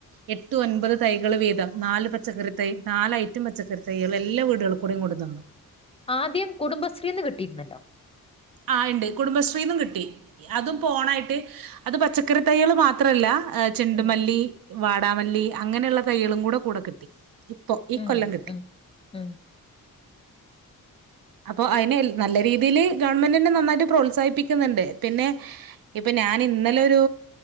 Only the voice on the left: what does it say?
ആദ്യം കുടുംബശ്രീന്ന് കിട്ടിയിരുന്നല്ലോ
ഉം
ഉം
ഉം ഉം.